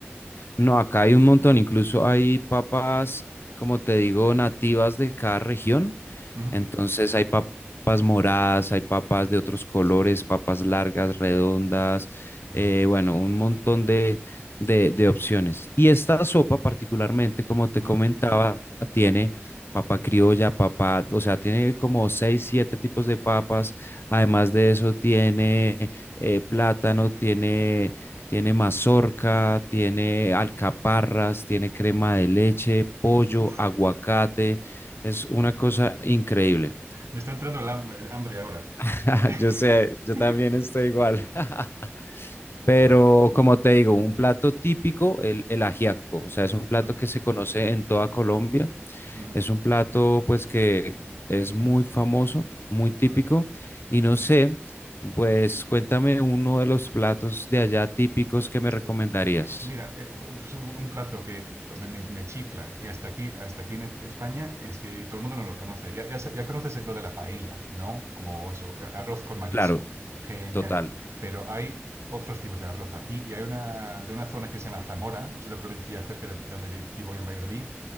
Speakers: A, on the left; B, on the right.
A: No, acá hay un montón, incluso hay papas, como te digo, nativas de cada región.
B: Ujú.
A: Entonces hay papas moradas, hay papas de otros colores, papas largas, redondas,
B: Mm,
A: eh, bueno, un montón de, de, de opciones. Y esta sopa particularmente, como te
B: mm.
A: comentaba, tiene papa criolla, papa, o sea, tiene como seis, siete tipos de papas. Además de eso, tiene eh, plátano, tiene... Tiene mazorca, tiene alcaparras, tiene crema de leche, pollo,
B: Uf,
A: aguacate, es una cosa increíble.
B: me está entrando el hambre, hambre ahora.
A: <laughs>
B: <laughs>
A: Yo sé, yo también estoy igual. <laughs> Pero
B: Joder.
A: como te digo, un plato típico, el, el ajiaco. O sea, es un plato
B: Mm,
A: que se conoce en toda Colombia.
B: mm,
A: Es un plato pues que es muy famoso, muy típico.
B: mm,
A: Y no
B: sí.
A: sé, pues cuéntame uno de los platos de allá típicos que me
B: Eh,
A: recomendarías.
B: Mira, eh, pues un un plato que me, me- me chifla y hasta aquí, hasta aquí en Es- España es que todo el mundo no lo conoce. Ya, ya sa- ya conoces lo de la paella, ¿no? Como eso, eh, arroz con marisco.
A: Claro,
B: Genial.
A: total.
B: Pero hay otros tipos de arroz aquí y hay una de una zona que se llama Zamora, que es una provincia cerca de, de donde vi- vivo yo en Valladolid.